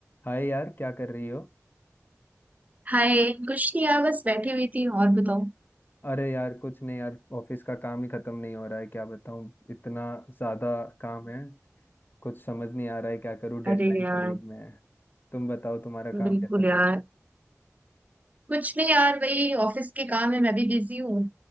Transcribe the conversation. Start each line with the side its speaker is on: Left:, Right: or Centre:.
Left: हाय यार क्या कर रही हो
Right: हाय कुछ नहीं यार बस बैठी हुई थी और बताओ
Left: अरे यार कुछ नहीं यार ऑफिस का काम ही खत्म नहीं हो रहा है क्या बताऊँ इतना ज्यादा काम है कुछ समझ नहीं आ रहा है क्या करूँ डेडलाइन
Right: अरे यार
Left: करीब में है तुम बताओ तुम्हारा काम
Right: बिल्कुल
Left: कैसा चल
Right: यार
Left: रहा
Right: कुछ नहीं यार वही ऑफिस के काम है मैं भी बिजी हूँ